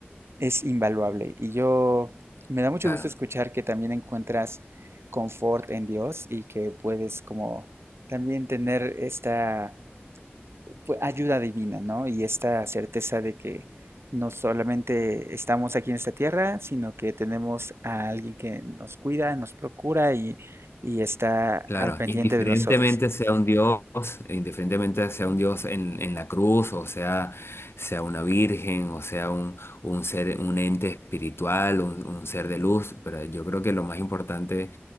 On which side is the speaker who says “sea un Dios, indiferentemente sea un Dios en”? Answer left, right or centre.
Left